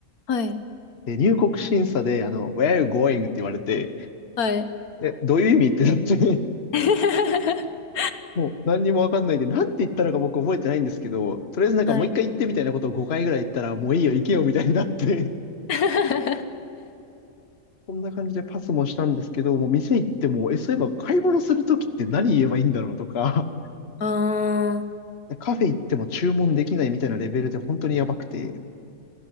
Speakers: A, on the left; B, on the left.
A: はい
B: で、入国審査で、あの、Where are you going? って言われて、
A: はい。
B: で、どういう意味ってなって
A: <laughs>
B: もう何にもわかんないんで、なんて言ったのか僕覚えてないんですけど、とりあえずなんかもう一回言ってみたいなことを5回ぐらい言ったら、
A: はい。
B: もういいよ、行けよみたいになって、
A: <laughs>
B: <laughs> そんな感じでパスもしたんですけど、もう店行っても、え、そういえば買い物するときって何言えばいいんだろうとか、
A: ああ、
B: <laughs> カフェ行っても注文できないみたいなレベルで本当にやばくて、